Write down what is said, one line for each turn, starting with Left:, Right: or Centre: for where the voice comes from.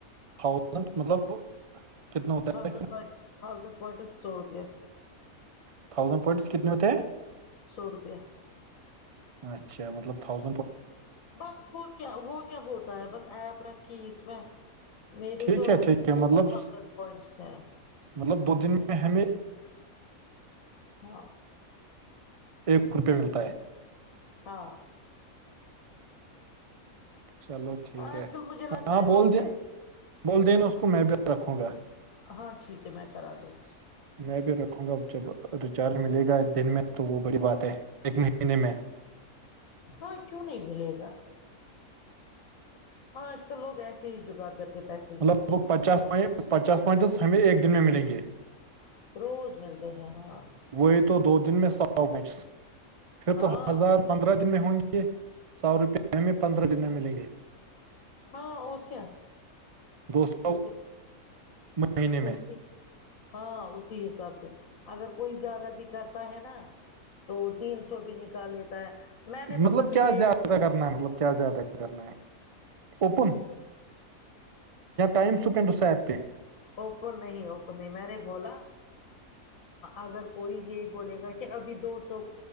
Right: تھاؤزینڈ مطلب کتنا ہوتا
Left: تھاؤزینڈ
Right: ہے <unintelligible>
Left: پوائنٹ تھاؤزینڈ پوائنٹس سو روپیہ
Right: ہے تھاؤزینڈ پونس کنےتے ہیں
Left: سو روپیہ
Right: اچھا مطلب تھاز
Left: بس وہ کیا وہ کیا ہوتا ہے بس ایپ رکھی اس میں میرری
Right: ٹھیک
Left: تو
Right: ہے
Left: ابھی
Right: ٹھیک ہے
Left: فور
Right: مطلب
Left: تھازینڈ پوائنٹس ہے
Right: مطلب دو دن میں ہمیں
Left: ہاں
Right: ایک روپے ملتا ہے
Left: ہاں
Right: چلو ٹھیک
Left: آج
Right: ہے
Left: کل مجھے لگتا
Right: ہاں
Left: ہے لوگ
Right: بول د
Left: ایسے
Right: بول دینا اس کو میں بھی رکھوں گا
Left: ہاں ٹھیک ہے میں کرا دوں
Right: میں بھی رکھوں گا جب ریچارج ملے گا دن میں تو وہ بڑی بات ہے ایک مہینے میں
Left: ہاں کیوں نہیں ملے گا آج کل لوگ ایسے ہی جگاڑ کر کے پیسے
Right: مطلب
Left: جیتے
Right: وہ
Left: ہیں
Right: پچاس پوائ پچاس پوائنٹس ہمیں ایک دن میں ملیں گے
Left: روز ملتے ہیں ہاں
Right: وہی تو دو دن میں سو بچ پھر
Left: ہاں
Right: تو ہزار پندرہ جن میں ہوں گیے سو روپے ہمیں پندرہ جن میں ملیں گے
Left: ہاں اور کیا
Right: دو سو
Left: اسی
Right: مہینے میں
Left: اسی ہاں اسی حساب سے اگر کوئی زیادہ بھی کرتا ہے نا تو تین سو بھی نکال لیتا ہے میں نے تو
Right: مطلب
Left: کبھی
Right: کیا
Left: ڈیٹ
Right: زیادہ کرنا ہے مطلب کیا زیادہ کرنا ہے اوپن ائم سپینڈ اس سار تے
Left: اوپن نہیں اوپن نہیں میں نے بولا اگر کوئی یہ بولے گا کہ ابھی دو سو